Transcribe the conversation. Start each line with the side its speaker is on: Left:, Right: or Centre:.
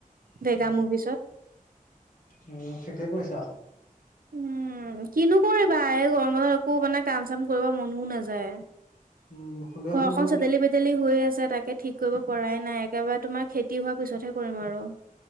Left: উম,
Right: ভেগা মুভিচত।
Left: উম, ঠিকে কৈছা।
Right: উম কিনো কৰিবা এই গৰমত একো মানে কাম চাম কৰিব মনো নাযায়
Left: উম সন্ধিয়াখন
Right: ঘৰখন
Left: আকৌ
Right: চেদেলি- ভেদেলি হৈ আছে। তাকে ঠিক কৰিব পৰাই নাই একেবাৰে তোমাৰ খেতি হোৱাৰ পিছতহে কৰিম আৰু।